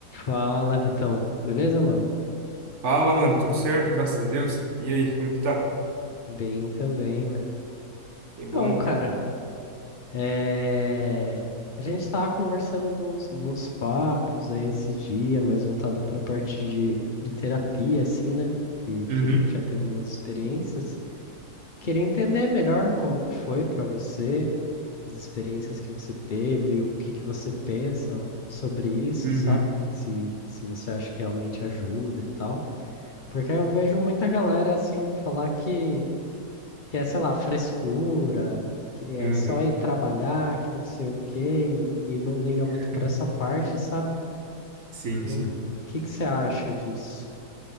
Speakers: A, on the left; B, on the right.
A: Fala, Vitão. Beleza, mano?
B: Fala, mano, tudo certo, graças a Deus. E aí, como que tá?
A: Bem também, né?
B: Que bom,
A: Então, cara,
B: cara.
A: é... a gente tava conversando de uns, de uns papos aí esse dia, mais voltado pra parte de, de terapia, assim, né? Que,
B: Uhum,
A: que a gente já teve umas experiências. Queria entender melhor como que foi pra você, as experiências que você teve, o que que você pensa sobre isso,
B: uhum,
A: sabe? Se, se você acha que realmente ajuda e tal. Porque eu vejo muita galera, assim, falar que que é, sei lá, frescura, que é
B: Uhum.
A: só ir trabalhar, que não sei o quê, e, e não liga
B: <laughs>
A: muito pra essa parte, sabe?
B: Sim,
A: O
B: sim.
A: que que você acha disso?